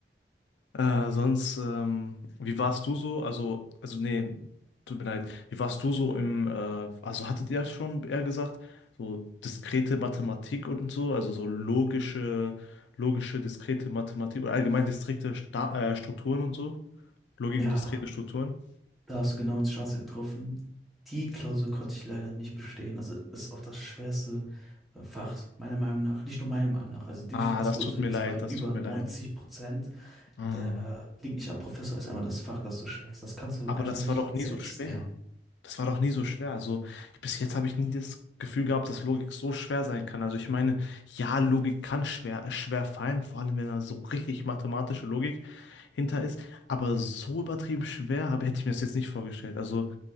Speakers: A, on the left; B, in the centre.
A: Äh, sonst, ähm, wie warst du so? Also, also nee, tut mir leid. Wie warst du so im, äh, also hattet ihr ja schon eher gesagt, so diskrete Mathematik und so, also so logische, logische, diskrete Mathematik oder allgemein diskrete Sta äh, Strukturen und so? Logik
B: Ja,
A: und diskrete
B: da
A: Strukturen?
B: Da hast du genau ins Schwarze getroffen. Die Klausur konnte ich leider nicht bestehen. Also ist auch das schwerste äh, Fach, meiner Meinung nach. Nicht nur meiner Meinung nach. Also die Durchfallsquote
A: Ah, das tut mir
B: ist
A: leid,
B: bei
A: das
B: über
A: tut mir
B: 90
A: leid.
B: Prozent.
A: Ah.
B: Der liegt nicht am Professor, ist einmal das Fach, das du schwerst. Das kannst du
A: Aber
B: einfach
A: das
B: nicht
A: war doch
B: selbst
A: nie so schwer.
B: lernen.
A: Das war doch nie so schwer. Also ich- bis jetzt habe ich nie das Gefühl gehabt, dass Logik so schwer sein kann. Also ich meine, ja, Logik kann schwer, schwer fallen, vor allem wenn da so richtig mathematische Logik hinter ist. Aber so übertrieben schwer habe, hätte ich mir das jetzt nicht vorgestellt. Also